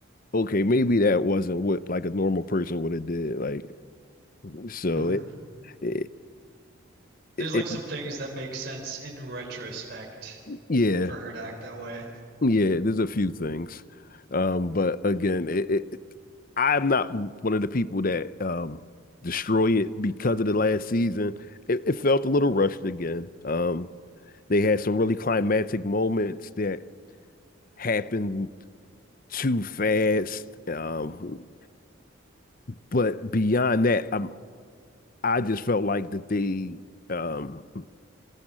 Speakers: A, on the left; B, on the right.
A: okay, maybe that wasn't what like a normal person would have did. Like so
B: Mm.
A: it, it
B: There's
A: it
B: like
A: it-
B: some things that make sense in retrospect
A: yeah,
B: for her to act that way.
A: yeah, there's a few things. Um, but again, it, it I'm not one of the people that um destroy it because of the last season. It, it felt a little rushed again. Um, they had some really climactic moments that happened too fast. Um, but beyond that, I'm, I just felt like that they um